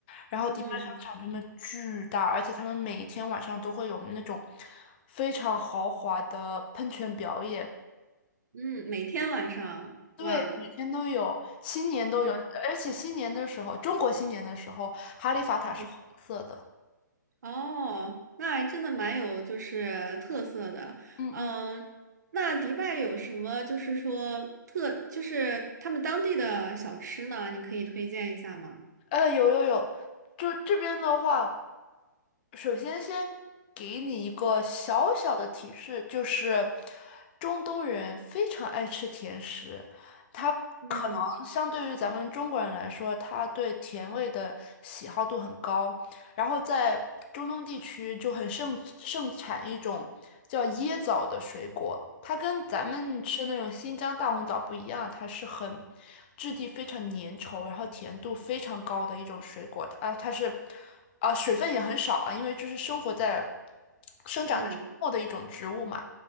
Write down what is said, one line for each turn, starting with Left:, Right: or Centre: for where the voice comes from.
Left: 然后，迪拜商场真的巨大，
Right: 嗯。
Left: 而且他们每天晚上都会有那种非常豪华的喷泉表演。
Right: 嗯，每天晚上，
Left: 对，
Right: 哇，
Left: 每天都有，新年都有，
Right: 嗯
Left: 而且新年的时候，中国新年的时候，哈利法塔是红色的。
Right: 嗯，哦，那还真的蛮有就是特色的。
Left: 嗯嗯，
Right: 嗯，那迪拜有什么就是说特，就是他们当地的小吃呢？你可以推荐一下吗？
Left: 呃，有有有，就这边的话，首先先给你一个小小的提示，就是中东人非常爱吃甜食，他可能相对于咱们中国人来说，
Right: 嗯
Left: 他对甜味的喜好度很高。然后在中东地区就很盛盛产一种叫椰枣的水果，它跟咱们吃那种新疆大红枣不一样，它是很质地非常粘稠，然后甜度非常高的一种水果。它它是啊、水分也很少啊，因为就是生活在生长在沙漠的一种植物嘛。
Right: 嗯